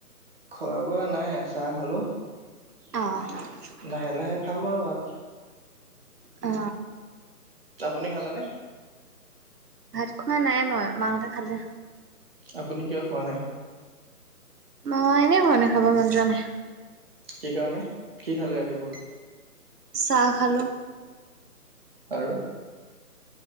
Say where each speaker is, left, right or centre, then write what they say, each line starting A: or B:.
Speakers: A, on the right (about 35°); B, on the right (about 80°).
A: খোৱা বোৱা নাই চাহ খালো।
B: অহ।
A: লাহে লাহে খাম আৰু ভাত।
B: অ।
A: আপুনি খালে নে?
B: ভাত খোৱা নাই মই মাহঁতে খালে।
A: আপুনি কিয় খোৱা নাই?
B: মই এনে খোৱা নাই, খাব মন যোৱা নাই।
A: কি কাৰণে কি খালে ৰাতিপুৱা?
B: চাহ খালোঁ।
A: আৰু?